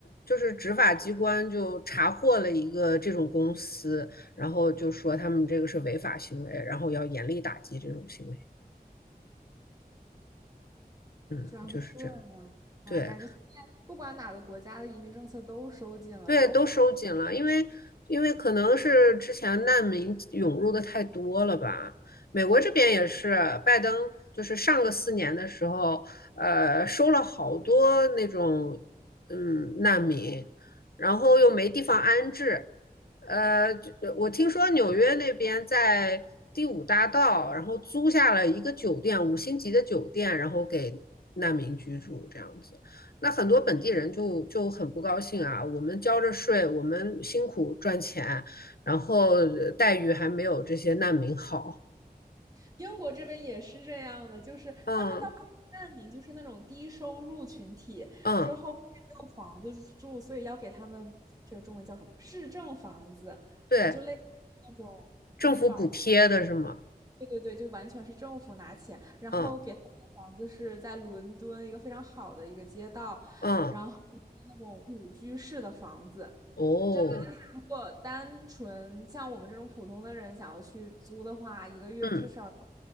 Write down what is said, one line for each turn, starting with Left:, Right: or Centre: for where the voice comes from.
Left: 就是执法机关就查获了一个这种公司，然后就说他们这个是违法行为，然后要严厉打击这种行为。嗯，
Right: 居然会这样，
Left: 就是这样。
Right: 哎，
Left: 对，
Right: 感觉现在不管哪个国家的移民政策都收紧了，
Left: 对，
Right: 包括
Left: 都收紧了，因为因为可能是之前难民涌入的太多了吧。美国这边也是，拜登就是上个四年的时候，呃，收了好多那种嗯难民，然后又没地方安置。呃，就我听说纽约那边在第五大道，然后租下了一个酒店，五星级的酒店，然后给难民居住，这样子。那很多本地人就就很不高兴啊，我们交着税，我们辛苦赚钱，然后呃待遇还没有这些难民好。
Right: 英国这边也是这样的，就是他们倒不是难民，
Left: 嗯
Right: 就是那种低收入群体，
Left: 嗯，
Right: 之后也没有房子住，所以要给他们这个中文叫什么市政房子，
Left: 对，
Right: 呃，就类似于那种
Left: 政府补贴的是吗？
Right: 低保。对对对，就完全是政府拿钱，然后给他们的房子是在伦敦一个非常好的一个街道，
Left: 嗯嗯，
Right: 然后住的那种五居室的房子，
Left: 哦，
Right: 真的就是如果单纯像我们这种普通的人想要去租的话，一个月至少得
Left: 嗯